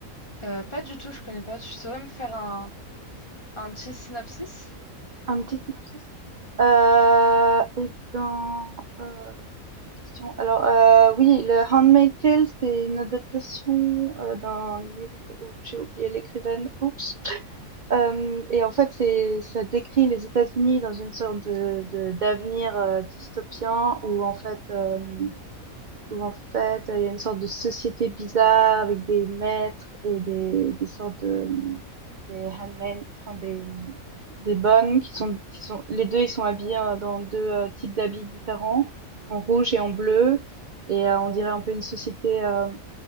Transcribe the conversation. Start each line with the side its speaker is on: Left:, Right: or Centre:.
Left: Euh, pas du tout, je connais pas. Tu saurais me faire un, un petit synopsis?
Right: Un petit synopsis. Euh, et ben, euh, bonne question. Alors, euh, oui, le Handmaid's Tale, c'est une adaptation euh, d'un livre. de- oh, J'ai oublié l'écrivaine. Oups. Hem et en fait, c'est ça décrit les États-Unis dans une sorte de de d'avenir, heu, dystopien où en fait, hem, où en fait, il y a une sorte de société bizarre avec des maîtres et des des sortes de, mmh des handmade, enfin des, des bonnes qui sont, qui sont, les deux, ils sont habillés euh, dans deux euh, types d'habits différents, en rouge et en bleu. Et euh, on dirait un peu une société euh,